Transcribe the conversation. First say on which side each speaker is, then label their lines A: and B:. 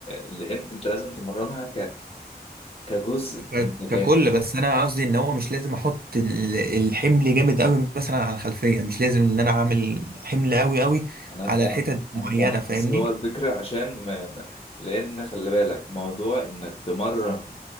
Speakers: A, on the left; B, on the right.
A: لان انت لازم تمرنها كجزء
B: ك-
A: متجانس
B: ككل بس انا قصدي ان هو مش لازم احط ال- الحمل جامد قوي مثلا على الخلفيه مش لازم ان انا اعمل حمل قوي قوي
A: انا
B: على
A: فاهم
B: الحتت معينه
A: انا فاهم
B: فاهمني
A: بس هو الفكره عشان ما... ما- لان خلي بالك موضوع انك تمرن